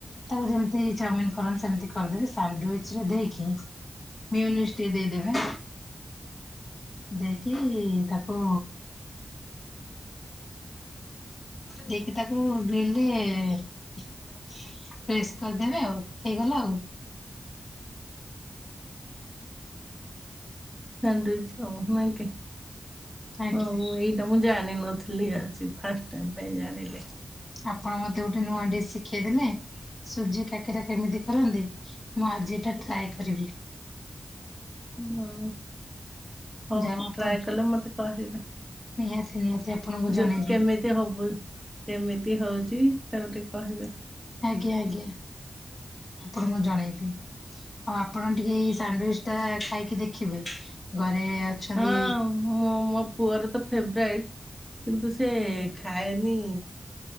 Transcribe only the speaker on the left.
ତାକୁ ଯେମିତି ଚାଉମିିନ କରନ୍ତି ସେମିତି କରିଦେବେ ସାଣ୍ଡିଚ ରେ ଦେଇକି। ମନିଶ ଟେ ଦେଇଦେବେ ଦେଇ କି ତାକୁ ଦେଇକି ତାକୁ ବିଲେରେ ପ୍ରେସ୍ କରିଦେବେ ଆଉ ହେଇଗଲା ଆଉ।
ଆଜ୍ଞା।
ଆପଣ ମତେ ଗୋଟେ ନୂଆ ଡିସ୍ ଶିଖେଇ ଦେେଲେ ସୁଜି କା କାକେର କେମିତି କରନ୍ତି ମୁଁ ଆଜିଟା ଟ୍ରାଏ କରିବି।
ଯାଉ ଆପଣ
ନିହାତି ନିହାତି। ଆପଣଙ୍କୁ
ଜଣେଇବି
ଆଜ୍ଞା ଆଜ୍ଞା ଆପଣ ମୁଁ ଜଣେଇବି। ଆଉ ଆପଣ ଟିକେ ଏଇ ସାଣ୍ଡୱିଚ ଟା ଖାଇକି ଦେଖିବେ ଘରେ ଅଛନ୍ତି
ଆଜ୍ଞା